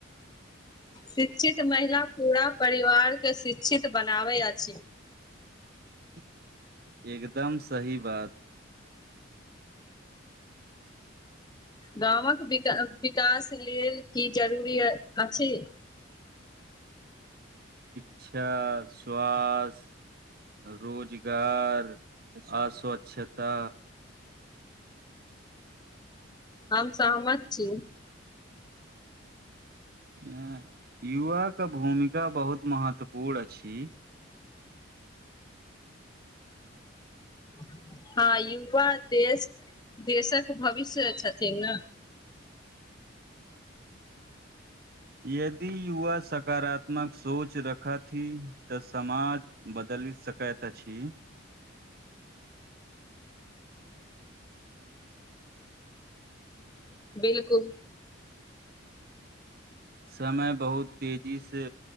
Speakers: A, on the left (about 20°); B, on the right (about 50°).
A: शिक्षित महिला पूरा परिवारके शिक्षित बनाबै अछी।
B: <unintelligible> एकदम सही बात। <inaudible>
A: गामक विका, विकास लेल की जरूरी अ अछी।
B: क्षा, स्वास, <inaudible> रोजगार <inaudible> आ स्वच छता
A: हम सहमत छी।
B: एं युवा के भूमिका बहुत महत्वपूर्ण अछी।
A: <inaudible> हँ युवा देश, <inaudible> देशक भविष्य छथिन न।
B: यदि युवा सकारात्मक सोच रखत थिन त समाज बदलि सकैत अछी।
A: <inaudible> बिलकुल।
B: समय बहुत तेजी से